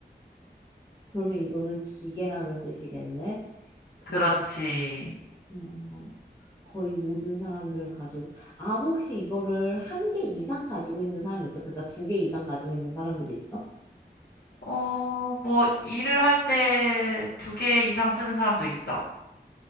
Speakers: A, on the left; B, on the left.
A: 그러면 이거는 기계라는 뜻이겠네. 그러면
B: 그렇지.
A: 어, 거의 모든 사람들은 가지고 아 혹시 이거를 한 개 이상 가지고 있는 사람이 있어? 그러니까 두 개 이상 가지고 있는 사람들이 있어?
B: 어, 뭐, 일을 할 때 두 개 이상 쓰는 사람도 있어.